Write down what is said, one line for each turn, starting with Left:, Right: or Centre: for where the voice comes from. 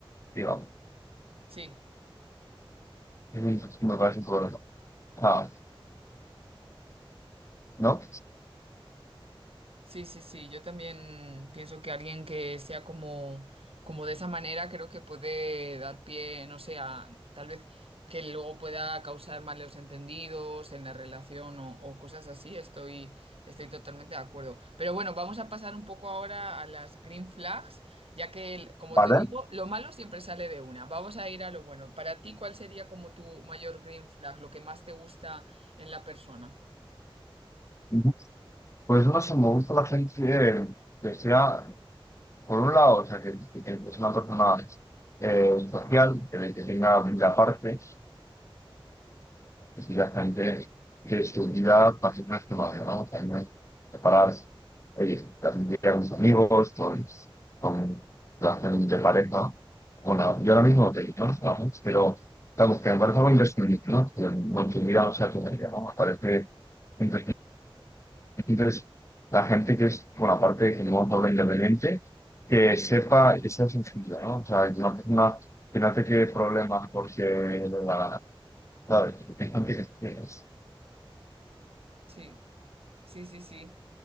Left: digamos.
Right: Sí.
Left: Eso es- me parece un problema. Ah, ¿no?
Right: Sí, sí, sí, yo también pienso que alguien que sea como, como de esa manera creo que puede dar pie, no sé, a tal vez que luego pueda causar malos entendidos en la relación o, o cosas así, estoy, estoy totalmente de acuerdo. Pero bueno, vamos a pasar un poco ahora a las green flags, ya que, el- como
Left: ¿Vale?
Right: te digo, lo malo siempre sale de una. Vamos a ir a lo bueno. Para ti, ¿cuál sería como tu mayor green flag, lo que más te gusta en la persona?
Left: Ujú. Pues no sé, me gusta la gente que sea, por un lado, o sea, que, que- que es una persona eh, social, que, que tenga vida aparte, la gente que estudia páginas que vale, ¿no? También separarse. Oye, también con sus amigos, con, con la gente de pareja. Bueno, yo ahora mismo te digo, no estamos, pero estamos que me parece algo imprescindible, ¿no? Que Consumir o sea tu media, ¿no? Me parece imprescindible. Entonces, la gente que es, bueno, aparte de que no habla independiente, que sepa esa sensibilidad, ¿no? O sea, una persona que no te quede problemas porque la, sabes tengo que es-
Right: Sí, sí, sí, sí.